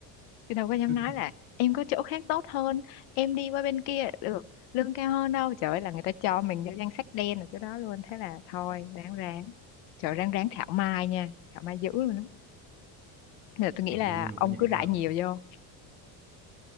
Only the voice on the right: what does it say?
<laughs>
mà
im im rồi
có nhảy
qua
không